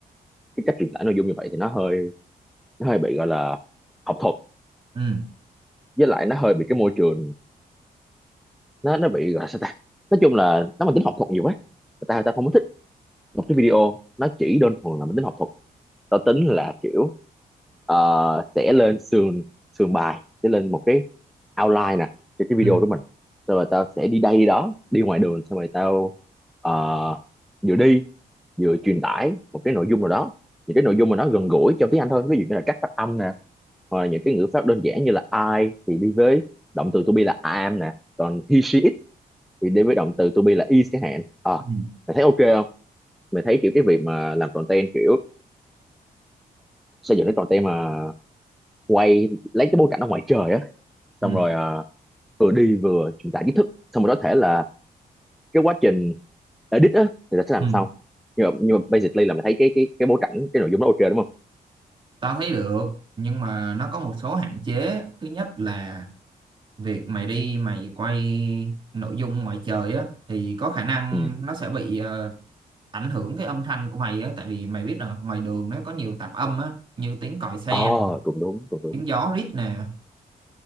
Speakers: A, in the centre; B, on the right (about 30°).
A: cái cách truyền tải nội dung như vậy thì nó hơi nó hơi bị gọi là học thuật
B: ừ,
A: với lại nó hơi bị cái môi trường nó nó bị gọi là sao ta nói chung là nó mang tính học thuật nhiều quá người ta người ta không có thích một cái video nó chỉ đơn thuần là mang tính học thuật tao tính là kiểu ờ, sẽ lên sườn sườn bài sẽ lên một cái outline nè cho cái video
B: ừ,
A: của mình xong rồi tao sẽ đi đây đi đó đi ngoài đường xong rồi tao ờ, vừa đi vừa truyền tải một cái nội dung nào đó những cái nội dung mà nó gần gũi trong tiếng Anh thôi ví dụ như là cách phát âm nè hoặc là những cái ngữ pháp đơn giản như là I thì đi với động từ to be là I am nè còn he she it thì đến với động từ to be là is chẳng hạn à,
B: ừ,
A: mày thấy ok không mày thấy kiểu cái việc mà làm content kiểu xây dựng cái content mà quay lấy cái bối cảnh ở ngoài trời á
B: ừ.
A: xong rồi à, vừa đi vừa truyền tải kiến thức xong rồi có thể là cái quá trình edit á thì là sẽ làm
B: ừ.
A: sau nhưng mà, nhưng mà basically là mày thấy cái cái cái bối cảnh cái nội dung đó ok đúng không
B: Tao thấy được, nhưng mà nó có một số hạn chế. Thứ nhất là việc mày đi mày quay nội dung ngoài trời á thì có khả năng
A: ừ
B: nó sẽ bị ờ, ảnh hưởng cái âm thanh của mày á tại vì mày biết là ngoài đường nó có nhiều tạp âm á như tiếng còi xe
A: ờ
B: nè,
A: cũng đúng cũng đúng
B: tiếng gió rít nè